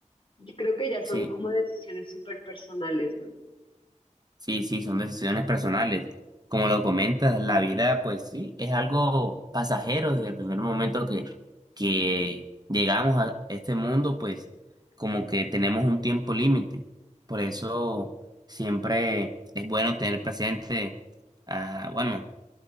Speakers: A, on the left; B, on the right.
A: Yo creo que ya son
B: Sí,
A: como decisiones súper personales, ¿no?
B: sí, sí, son decisiones personales. Como lo comentas, la vida, pues sí, es algo pasajero desde el primer momento que, que llegamos a este mundo, pues como que tenemos un tiempo límite. Por eso siempre es bueno tener presente, ah, bueno,